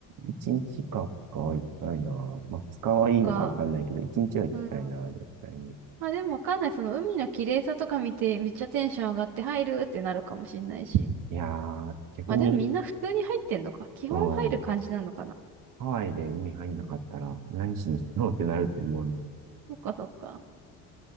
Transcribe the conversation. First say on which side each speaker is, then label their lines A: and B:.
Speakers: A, on the right; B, on the right.
A: 1日か二日は行きたいな。まあ2日はいいのかわかんないけど、
B: そっか。
A: 一日は行きたいな、
B: うん。
A: 絶対に。
B: まあでもわかんない。その海の綺麗さとか見て、めっちゃテンション上がって入るってなるかもしんないし。
A: いやー、逆に、
B: まあでもみんな普通に入ってんのか。基本入る感じなのかな。
A: うん。ハワイで海入んなかったら何しに行くのってなると思うな。
B: そっかそっか。